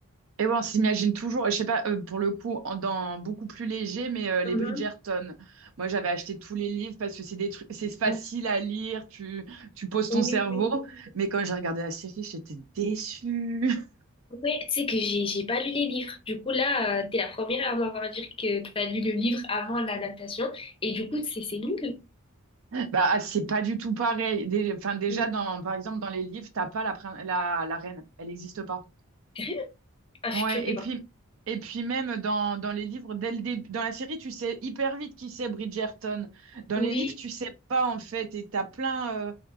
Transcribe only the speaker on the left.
Mhm.
Ouais.
Oui,
oui.
Ouais, tu sais que j'ai j'ai pas lu les livres. Du coup, là, euh, t'es la première à m'avoir dit que t'as lu le livre avant l'adaptation, et du coup, c'est c'est nul.
Ouais.
Sérieux? Ah, je
suis choquée,
par contre.
Oui.